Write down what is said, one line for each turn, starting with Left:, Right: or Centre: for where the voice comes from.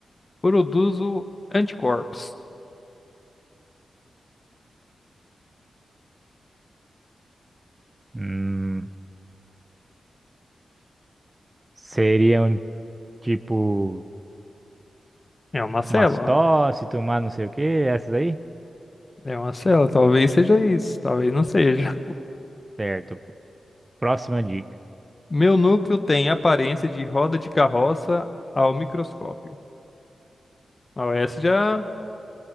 Left: Produzo anticorpos.
Right: Hum, seriam tipo
Left: É uma célula.
Right: mastócito, mas não sei o que, essas aí?
Left: É uma célula. Talvez seja isso. Talvez não seja.
Right: Certo. Próxima dica.
Left: Meu núcleo tem aparência de roda de carroça ao microscópio. Ó, essa já.